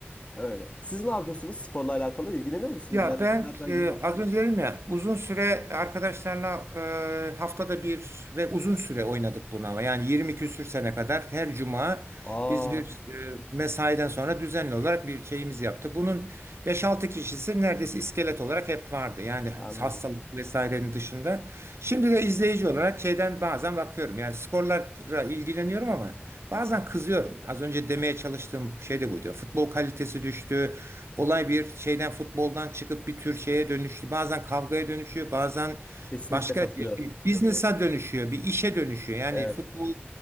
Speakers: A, on the left (about 30°); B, on the right (about 90°).
A: öyle. Siz ne yapıyorsunuz sporla alakalı ilgileniyor musunuz
B: Ya
A: yani
B: ben
A: herhangi
B: e,
A: bir...
B: az önce dedim ya uzun süre arkadaşlarla e, haftada bir ve uzun süre oynadık bunu ama yani 20 küsür sene kadar her cuma
A: Aa
B: biz bir e, mesaiden sonra düzenli olarak bir şeyimiz yaptık. Bunun beş altı kişisi neredeyse iskelet olarak hep vardı yani
A: anladım.
B: hastalık vesairenin dışında. Şimdi de izleyici olarak şeyden bazen bakıyorum yani skorlara ilgileniyorum ama
A: <laughs>
B: bazen kızıyorum. Az önce demeye çalıştığım şey de buydu. Futbol kalitesi düştü. Olay bir şeyden futboldan çıkıp bir tür şeye dönüştü. Bazen kavgaya dönüşüyor, bazen
A: Kesinlikle
B: başka
A: katılıyorum.
B: bir business'a dönüşüyor, bir işe dönüşüyor. Yani
A: Evet.
B: futbol